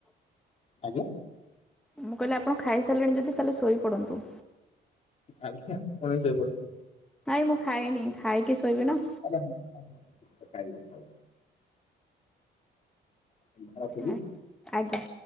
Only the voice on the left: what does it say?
ଆଜ୍ଞା।
ଆଜ୍ଞା ଆପଣ ବି ଶୋଇପଡ଼ନ୍ତୁ।
ଆଜ୍ଞା ହୁଁ ଆଜ୍ଞା, କଥାଟିକ ହବ। ଚାଲିବ। ରଖୁଛି